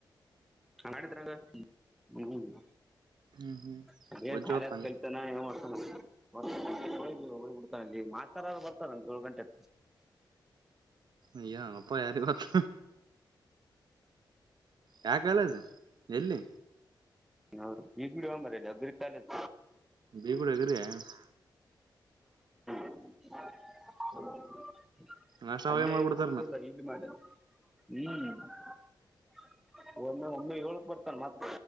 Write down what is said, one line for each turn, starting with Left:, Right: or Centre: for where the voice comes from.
Centre: ಹಟತರಂಗ ಹ್ಮ <unintelligible>
Right: ಹ್ಮ್ ಹ್ಮ್
Centre: ಸ
Right: ವಜ್ಜ್
Centre: ಕಾಲ
Right: ಓದ್ತಂಗ
Centre: ಕ <unintelligible> ಮಾಡ್ತ ಹೋಗ ಬಿಡ್ತಾನ ಇಲ್ಲಿ ಮಾತ ಬರ್ತಾನ ಏಳು ಗಂಟೆತ್ರ <inaudible>
Right: ಏನೋ ಯಾರಿಗೆ ಗೊತ್ತು ಯಾವ ಕಾಲೇಜು ಎಲ್ಲಿ
Centre: ಹೌ ಈಗಡ ಹಂಬರಲ್ಲ ಅಾಲ <inaudible>
Right: ಬೇಗೂಡದ್ರೆ <inaudible>
Centre: <inaudible>
Right: ನಾಷ್ಟ ಅವಾಗೆ
Centre: ಅದಐರಕ್ಕಲ್ಲ
Right: ಮಾಡ್ಬಿಡ್ತಾರನ
Centre: ಇಲ್ಲಿ ಮಾಡ ಹ್ಮ್ <inaudible> ಒಮ್ಮೆ ಒಮ್ಮೆ ಏಳ್ಕ್ ಬರ್ತಾನ ಮತ್ತ